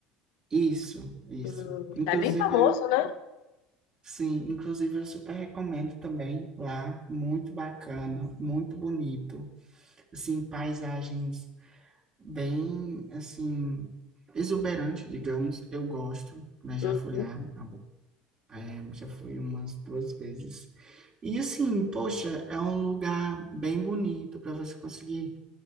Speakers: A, on the right; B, on the left.
A: Isso, isso.
B: Hum,
A: Inclusive,
B: é bem famoso,
A: eu-
B: né?
A: sim, inclusive eu super recomendo também lá, muito bacana, muito bonito, assim, paisagens bem, assim, exuberante, digamos. Eu gosto, né? Já
B: Uhum.
A: fui lá, algu- é, já fui umas duas vezes. E, assim, poxa, é um lugar bem bonito para você conseguir